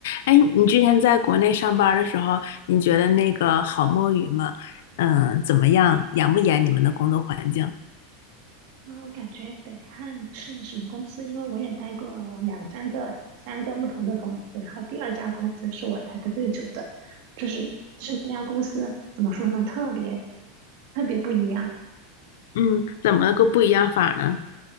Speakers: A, on the left; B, on the right.
A: 哎，你之前在国内上班儿的时候，你觉得那个好摸鱼吗？嗯，怎么样？严不严？你们的工作环境？
B: 啊，我感觉得看是什么公司，因为我也待过呃两三个、三个不同的公司，然后第二家公司是我待的最久的，就是就是那家公司怎么说呢，特别特别不一样
A: 嗯，怎么个不一样法呢？